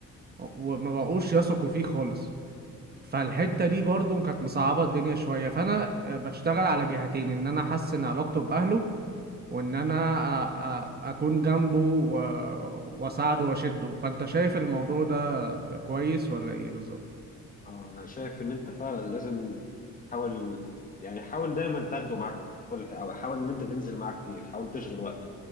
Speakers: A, on the right; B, on the left.
A: وما بقوش يثقوا فيه خالص فالحتة دي برضو كانت مصعبة الدنيا شوية فانا آه، بشتغل على جهتين ان انا احسن علاقته باهله وان انا أ... أ... اكون جنبه و... واساعده واشده فانت شايف الموضوع ده كويس ولا ايه بالظبط
B: اه انا شايف ان انت فعلا لازم تحاول يعني حاول دايما تاخده معاك في كل حاجه او حاول ان انت تنزل معاه كتير حاول تشغل وقته